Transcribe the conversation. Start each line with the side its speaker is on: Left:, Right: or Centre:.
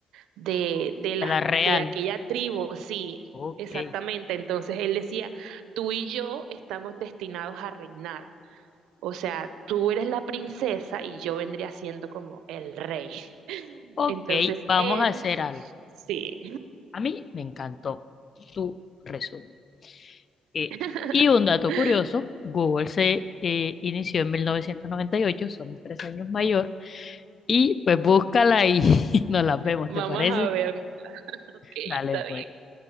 Right: de, de, la,
Left: de la real.
Right: de aquella tribu, sí,
Left: Ok.
Right: exactamente. Entonces él decía, tú y yo estamos destinados a reinar. O sea, tú eres la princesa y yo vendría siendo como el rey.
Left: Ok,
Right: Entonces
Left: vamos
Right: él,
Left: a hacer algo.
Right: sí,
Left: A mí me encantó tu resumen. Eh,
Right: <laughs>
Left: y un dato curioso, Google se eh, inició en mil novecientos noventa y ocho somos tres años mayor, y pues búscala y <laughs> nos la vemos,
Right: vamos
Left: ¿te parece?
Right: a vernos. Ok, está
Left: Dale, pues.
Right: bien.